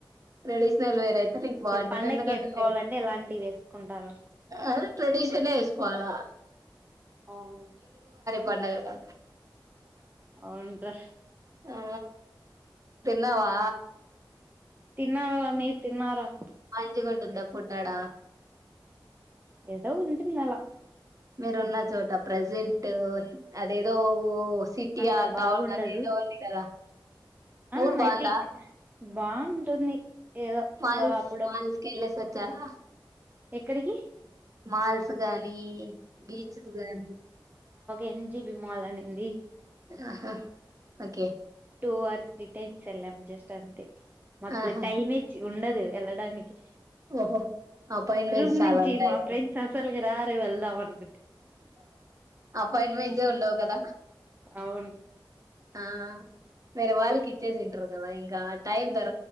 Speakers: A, on the right (about 40°); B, on the right (about 20°).
A: ట్రెడీషనల్ వేర్ అయితే నీకు
B: ఇప్పుడు
A: బాగుంటంది
B: పండక్కి
A: ఎందుకంటే
B: వేసుకోవాలంటే ఇలాంటివి వేసుకుంటారు
A: ఆ ట్రెడిషన్ వేసుకోవాలా
B: అవునండి
A: పండుగ కా
B: అవున్రా
A: ఆ తిన్నావా
B: తిన్నావ మీరు తిన్నారా
A: అంచికంటందా ఫుడ్ ఆడ
B: ఏదో ఉంటుంది అలా
A: మీరున్న చోట ప్రజెంట్ అదేదో సిటీ
B: అంత
A: ఆల్టోన్
B: బాగుండదు
A: అది ఏదో ఉంది కదా
B: ఆ
A: ఊరు బాగుందా
B: అయితే బాగుంటుంది ఏదో
A: మాల్స్
B: ఒక అప్పుడప్పుడు
A: మాల్స్ కి వెళ్ళేసి వచ్చారా
B: ఎక్కడికి
A: మాల్స్ గానీ బీచెస్ గానీ
B: ఎం జీబి మాల అని ఉంది
A: ఆహా okay
B: two or three times ఎల్ జస్ట్ అంతే మకు
A: ఆహా
B: టైమే ఉండదు ఎ దానికి
A: ఓహో అపాయింట్మెంట్స్
B: రూమ్
A: చాలా
B: నుంచి
A: ఉంటాయి
B: మా
A: కదా
B: ఫ్రెండ్స్ అసలుకి రారు వెళ్దాంని
A: అపాయింట్మెంట్సే ఉండవు కదా
B: అవును
A: ఆ వేర వాళ్కి ఇచ్చేసింటకదా ఇంకా టైమ్ దొర